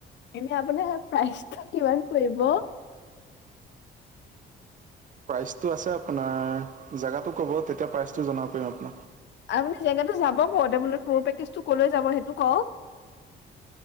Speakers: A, on the left (about 65°); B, on the right (about 40°).
A: এনে আপোনাৰ প্ৰাইজটো কিমান পৰিব।
B: প্ৰাইচটো আছে আপোনাৰ জোগাটো ক'ব তেতিয়া প্ৰাইচটো জনাব পাৰিম আপোনাক।
A: আপুনি জেগাতটো যাব কত আপোনাৰ তৰ পেকেজ টো কলৈ যাব সেইটো ক।